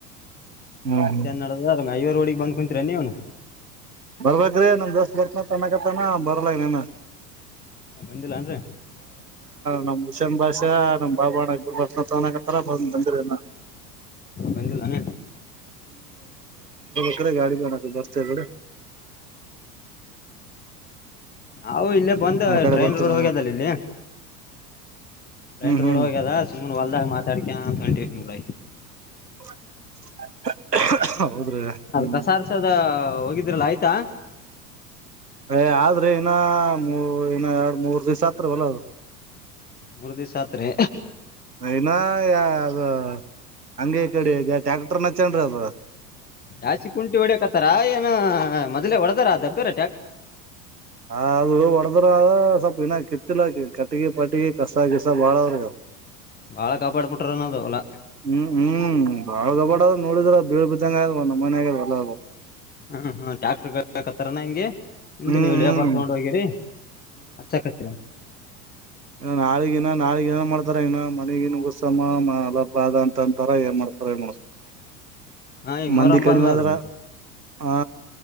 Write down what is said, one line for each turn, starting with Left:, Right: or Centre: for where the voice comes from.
Right: ಹ್ಮ್
Left: ಮತ್ತೆ
Right: ಹ್ಮ್
Left: ನಡದ ಮ್ವ್ರ ಹೋಡಗ್ ಬ್ ಕುಂತತ್ರ ನೀವ್ನು
Right: ಬರ್ಬ್ರೆ ನಮ ದೋಸ್ ಬರ್ತ ನ ಬರಲನನ
Left: ಬಂದಿಲ್ಲನ್ರಿ
Right: ನಮ ಹಷನ್ ಭಾಷೆ ನಮ್ ಬಾಬಾಣ್ಣಬರ್ ಬರ್ತನತಕತ್ತಾರ ಬ ಬಂದಿರನ
Left: ಬಂದಿಲ್ಲಾನ
Right: ಎಡೆ ಗಾಡಿ ಬಣಕ ಬರ್ತೇ ಬಿಡ
Left: ಅ ಇಲ್ಲೇ ಬಂದು
Right: ಕಡೆ
Left: ಟ್ರೈನ್
Right: ಬರ್ತಾರ
Left: ರೋಡ್ ಹೋಗ್ಯದಲ್ಲ ಇಲ್ಲಿ ಟ್ರೈನ್
Right: ಹ್ಮ್ ಹ್ಮ್
Left: ರೋಡ್ ಹೋಗ್ಯದ ಸುಮ್ಮ್ನೆ ಹೊಲ್ದಾಗ ಮಾತಾಡ್ಕ ಅಂತ ಹೊಂಟಿವವಿ ತಿಗಳ
Right: <inaudible> ಹ್ಮ್
Left: ಕಸ ಆರ್ಸೋದು ಹೋಗಿದ್ರಲ್ಲ ಆಯ್ತಾ
Right: ಏ ಆದ್ರೆ ಇನ್ನ ಮೂ ಇನ್ನ ಎರಡು ಮೂರ್ ದಿವಸ ಹತ್ರವಲ್ಲ ಅದು
Left: ಮೂರು ದಿವಸತ್ರಿ
Right: ಇನ ಯ ಅದು ಹಂಗಗೆ ಈ ಕಡೆ ಈಗ ಟ್ಯಾಕ್ಟರ್ ನಚ ರಿ ಅದ್ರ
Left: ಜಾಚಿ ಕುಂಟಿ ಹೊಡಕತ್ತಾರ ಏನ್ ಹ ಮೊದ್ಲೇ ಒಡದಾರ ದಬ್ಬರ
Right: ಹಾ ಅದು ಉಡದುರ ಸಪಿನ ಕಿತ್ತಲ ಕಟಗಿ ಪಟಗಿ ಕಸ ಕಿಸ ಬಾಳ ಅವ್ರ
Left: ಬಹಳ ಕಾಪಾಡ ಪಟರಾನ ಅದ ಅವಲಾ
Right: ಹ್ಮ್ ಹ್ಮ್ ಬಾಳ್ ಗಬಡ್ ನೋಡಿದ್ರ ಬೀಳ್ ಬಿದ್ದಂಗ ಆ ಒಂದಮ್ಮ ಮನೆ ಆಗ ಎಲ್ಲ
Left: ಹ್ಮ್ ಹ್ಮ ಟ್ಯಾಕ್ಟರ್ ಕತ್ತಾರನಾ ಹಂಗೆ ನಿಮ್ದ
Right: ಹ್ಮ್
Left: ನೀವ ಇಲ್ಲಿ
Right: ಹ್ಮ್
Left: ಬರ್ ತಗೊಂಡ್ ಹೋಗಿರಿ ಹಚ್ಚಾಕತೀರಿ
Right: ಇ ನಾಲಗ ನಾಳಗ್ ಏನ ಮಾಡ್ತಾರ ನ ಮನೆಗಗತ್ಸ ಅಲ ಬಾದ ಅಂತ ಅಂತಾರ ಏನ್ ಮಾಡ್ತ
Left: ಹಾ ಈಗ
Right: ಮಂದಿ
Left: ಮೊರಂ
Right: ಕಡಿಮೆ
Left: ಬಂದದಲ್ರಿ
Right: ಆದ್ರ
Left: ಮತ್ತೆ
Right: ಹಾ